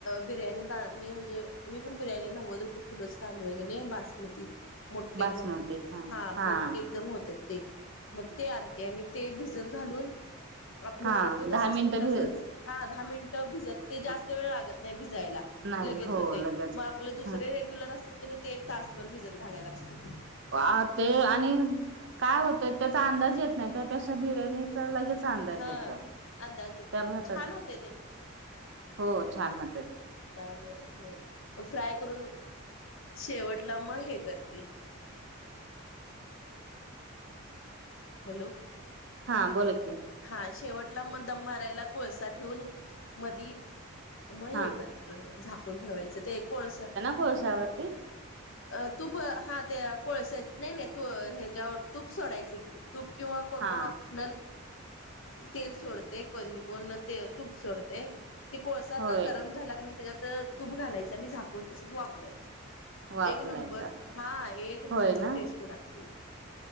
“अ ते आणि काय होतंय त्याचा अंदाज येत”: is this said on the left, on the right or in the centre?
Right